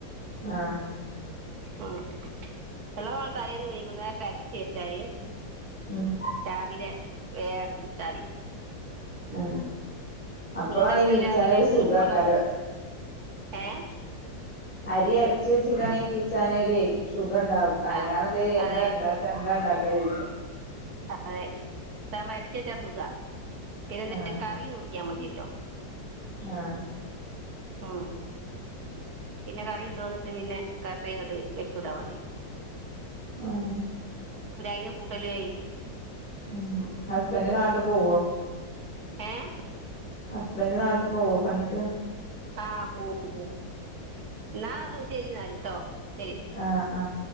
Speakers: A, on the left; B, on the right.
A: ആഹ്
B: ആഹ് എല്ലാം നമ്മള് തലേന്ന് വൈകുന്നേരം അരച്ച് വെച്ചാല്
A: ഉം
B: രാവിലെ വേഗാട ചുട്ടാതി
A: ഉം അപ്പളാണ്
B: മീൻ കറി
A: ഈ നീച്ചാനൊരു
B: രാവിലെ മീൻ
A: സുഖാക്കാരം
B: കൊട ഏഹ്
A: അരി അരച്ച് വെച്ച് കണെ നീച്ചാനൊ ഒരു സുഖം ഉണ്ടാവും അല്ലാന്നണ്ട്
B: ആഹ്
A: എന്താ
B: അതെ
A: ഇണ്ട എന്താ ഉണ്ടാക്കാ ചോദിച്ചു
B: അതെ ഇതാവുമ്പോ അരച്ച് വെച്ചാ സുഖാ പിന്നെ എന്ത
A: ആഹ്
B: കറി നോക്കിയാൽ മതിയല്ലോ
A: ആഹ്
B: ഉം പിന്നെ കറി കൊണ്ടുവന്നിട്ട് പിന്നെ കറി ഇങ്ങോട്ട് വെച്ചുടാ മതി
A: ആഹ്
B: യിന് കൂട്ടലും ആയി
A: ഉം ഹസ്ബൻഡ് നേരത്തെ പോവോ
B: ഏഹ്
A: ഹസ്ബൻഡ് നേരത്തെ പോവോ പണിക്ക്
B: ആഹ് പോവും എന്നാ ശരി എന്നാൽ കേട്ടോ ശരി
A: ആഹ് ആഹ്